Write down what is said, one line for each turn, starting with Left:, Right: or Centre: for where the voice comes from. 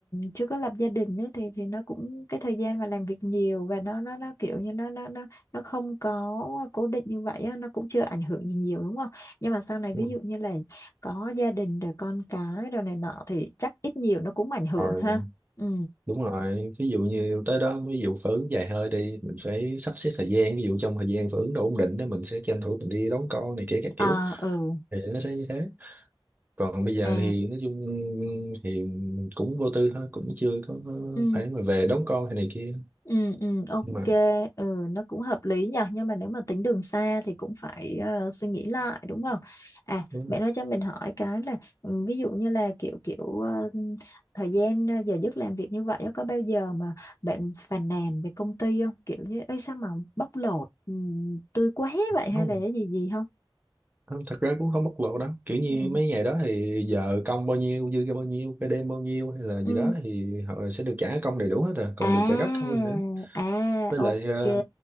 Left: chưa có lập gia đình ấy, thì thì nó cũng cái thời gian mà làm việc nhiều và nó nó nó kiểu như nó nó nó nó không có cố định như vậy á, nó cũng chưa ảnh hưởng gì nhiều đúng không? Nhưng mà sau này
Right: đúng
Left: ví
Right: rồi
Left: dụ như là có gia đình rồi con cái rồi này nọ thì chắc ít nhiều nó cũng ảnh hưởng
Right: Còn
Left: ha. Ừ.
Right: đúng rồi ví dụ như tới đó ví dụ phở ứng dài hơi đi mình phải sắp xếp thời gian ví dụ trong thời gian phở ứng đủ ổn định đó mình sẽ tranh thủ mình đi đón con này kia các kiểu
Left: À ừ
Right: thì nó sẽ như thế còn bây giờ
Left: à
Right: thì nói chung thì cũng vô tư thôi cũng chưa có
Left: ừ
Right: phải mà về đón con hay này kia
Left: ừ ừ ok
Right: nhưng mà
Left: ừ nó cũng hợp lý nhỉ nhưng mà nếu mà tính đường xa thì cũng phải ờ, suy nghĩ lại đúng không? À
Right: đúng
Left: mẹ nói cho mình hỏi cái là ừ, ví dụ như là kiểu kiểu ờ, thời gian ờ, giờ giấc làm việc như vậy á, có bao giờ mà bạn phàn nàn về công ty không? Kiểu như ấy sao mà bóc lột ừ, tôi quá vậy hay
Right: rồi.
Left: là cái gì gì không?
Right: Không, thật ra cũng không bộc lộ lắm kiểu như
Left: Ừ
Right: mấy ngày đó thì giờ công bao nhiêu dư ra bao nhiêu cái đêm bao nhiêu hay là gì
Left: ừ
Right: đó thì họ sẽ được trả công đầy đủ hết à còn
Left: à
Right: được trả gấp thêm nữa
Left: à
Right: với
Left: ok
Right: lại ờ,